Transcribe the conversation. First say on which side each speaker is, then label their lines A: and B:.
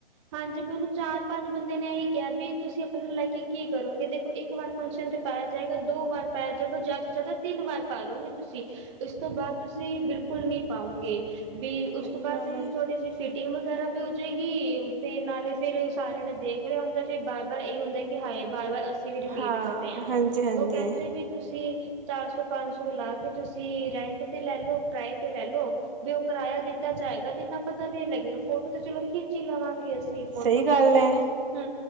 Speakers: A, on the right; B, on the right.
A: ਹਾਂਜੀ ਮੈ ਉਹਨੂੰ ਚਾਰ ਪੰਜ ਬੰਦਿਆਂ ਨੇ ਇਹੀ ਕਿਹਾ ਵੀ ਤੁਸੀਂ ਆਪਣੇ ਨੂੰ ਲੈ ਕੇ ਕੀ ਕਰੋਗੇ ਦੇਖੋ ਇੱਕ ਵਾਰ ਫੰਕਸ਼ਨ 'ਤੇ ਪਾਇਆ ਜਾਵੇਗਾ ਦੋ ਵਾਰ ਪਾਇਆ ਜਾਵੇਗਾ ਜ਼ਿਆਦਾ ਤੋਂ ਜ਼ਿਆਦਾ ਤਿੰਨ ਵਾਰ ਪਾ ਲਉਗੇ ਤੁਸੀਂ ਇਸ ਤੋਂ ਬਾਅਦ ਤੁਸੀਂ ਬਿਲਕੁਲ ਨਹੀਂ ਪਾਉਂਗੇ ਵੀ ਉਸ
B: ਸਹੀ
A: ਤੋਂ ਬਾਅਦ
B: ਗੱਲ ਏ।
A: ਥੋੜੀ ਜਿਹੀ ਫਿਟ ਟਿੰਗ ਵਗੈਰਾ ਵੀ ਹੋ ਜਾਏਗੀ ਤੇ ਨਾਲੇ ਫੇਰ ਸਾਰਿਆਂ ਨੇ ਦੇਖ ਰਿਹਾ ਹੁੰਦਾ ਫਿਰ ਬਾਰ ਬਾਰ ਇਹੀ ਹੁੰਦਾ ਕਿ ਹਾਏ ਬਾਰ ਬਾਰ ਅਸੀਂ ਵੀ ਰਿਪੀਟ
B: ਹਾਂ,
A: ਕਰ ਰਹੇ ਹਾ,
B: ਹਾਂਜੀ-ਹਾਂਜੀ
A: ਉਹ ਕਹਿੰਦੇ ਵੀ ਤੁਸੀਂ ਚਾਰ ਸੌ, ਪੰਜ ਸੌ, ਲਾ ਕੇ ਤੁਸੀਂ ਰੈਂਟ ਤੇ ਲੈ ਲਓ ਕਿਰਾਏ ਤੇ। ਲੈਲੋ--ਤੇ ਉਹ ਕਿਰਾਆ ਦਿੱਤਾ ਜਾਏਗਾ ਤੇ ਇੰਨਾ ਪਤਾ ਵੀ ਨੀ ਲੱਗੇਗਾ ਫੋਟੋ ਤੇ ਚਲੋ ਖਿੱਚੀ ਲਵਾਂਗੇ। ਤੇ ਫੋਟੋ
B: ਸਹੀ ਗੱਲ
A: ਖਿੱਚ ਕੇ
B: ਹੈ
A: ਹੁ